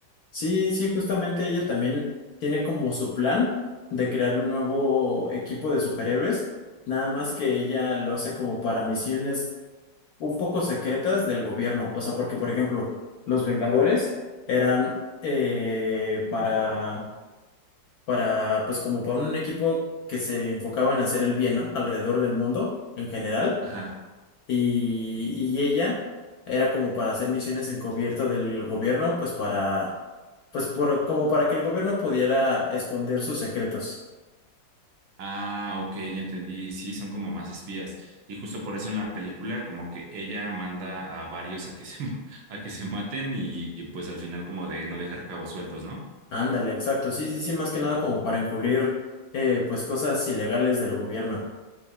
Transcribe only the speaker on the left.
Sí, sí, justamente ella también tiene como su plan de crear un nuevo equipo de superhéroes, nada más que ella lo hace como para misiones un poco secretas del gobierno, o sea, porque por ejemplo, los Vengadores eran eh, para, para, pues como para un equipo que se enfocaba en hacer el bien, ¿no? Alrededor del mundo en general.
Y, y ella era como para hacer misiones encubierto del gobierno, pues para, pues por, como para que el gobierno pudiera esconder sus secretos.
Ándale, exacto. Sí, sí, sí, más que nada como para encubrir, eh, pues cosas ilegales del gobierno.